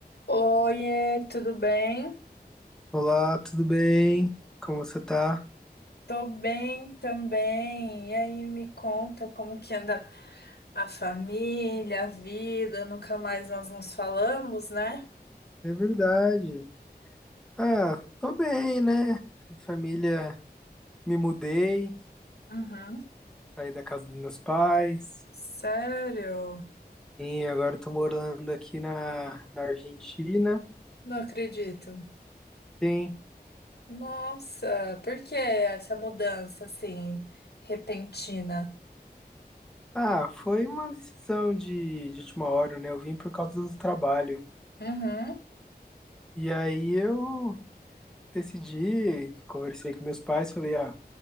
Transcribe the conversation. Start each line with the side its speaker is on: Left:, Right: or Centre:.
Left: Oiê, tudo bem?
Centre: Olá, tudo bem? Como você tá?
Left: Tô bem também. E aí, me conta como que anda a família, a vida? Nunca mais nós nos falamos, né?
Centre: É verdade. Ah, tô bem, né? Família, me mudei,
Left: Uhum.
Centre: saí da casa dos meus pais
Left: Sério?
Centre: e agora tô morando aqui na, na Argentina.
Left: Não acredito.
Centre: Sim.
Left: Nossa, por que essa mudança assim repentina?
Centre: Ah, foi uma decisão de, de última hora, né? Eu vim por causa do trabalho.
Left: Uhum.
Centre: E aí eu decidi, conversei com meus pais, falei, ah,